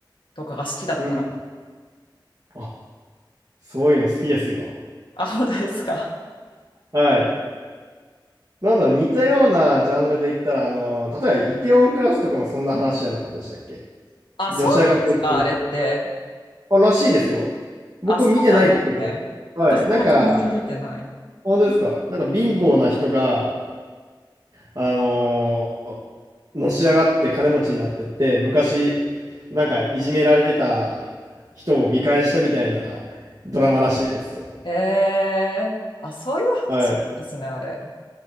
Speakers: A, on the left (about 75°); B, on the right (about 50°).
A: とかが好きだったら、
B: うん。あ、そういうの好きですよ。
A: あ、本当ですか。
B: はい。なんだろう、似たようなジャンルで言ったら、あの、例えば、イテウォンクラスとかもそんな話じゃなかったでしたっけ
A: あ、
B: のし上がってる系です
A: そうなんですか、あれって。
B: あ、らしいですよ。僕見てないんですけど。
A: あ、そうなんですね。私も全然見てない。
B: はい。なんか、本当ですかなんか貧乏な人が、あのーのし上がって金持ちになってって、昔、なんかいじめられてた人を見返したみたいなドラマらしいですよ。
A: えー、あ、そういう話なんですね、
B: はい。
A: あれ。